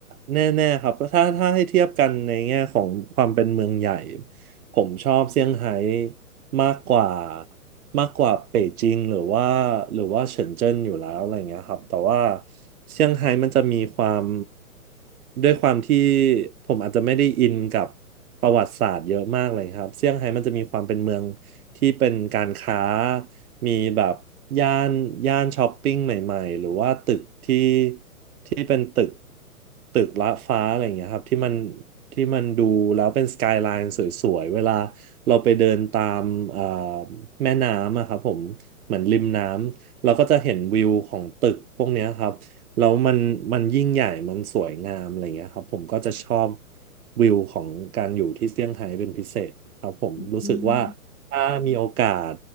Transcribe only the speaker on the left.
อืม